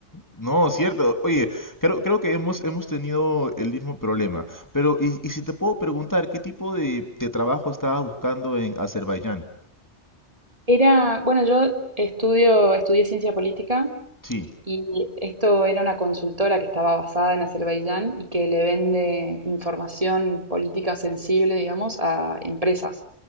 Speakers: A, on the left (about 15°); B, on the right (about 30°).
A: no, cierto. Oye, creo, creo que hemos, hemos tenido el mismo problema. Pero, y, y si te puedo preguntar, ¿qué tipo de, de trabajo estabas buscando en Azerbaiyán?
B: Era, bueno, yo estudio, estudié ciencia política
A: Sí.
B: Y esto era una consultora que estaba basada en Azerbaiyán y que le vende información política sensible, digamos, a empresas.